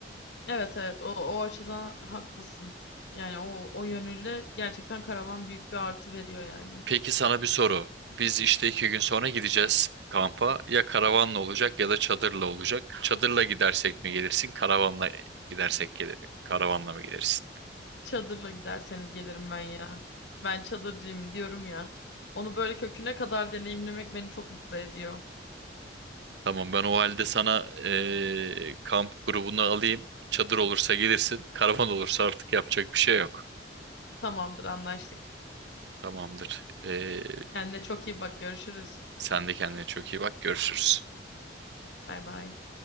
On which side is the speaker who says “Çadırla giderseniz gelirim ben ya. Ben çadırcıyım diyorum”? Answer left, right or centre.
Left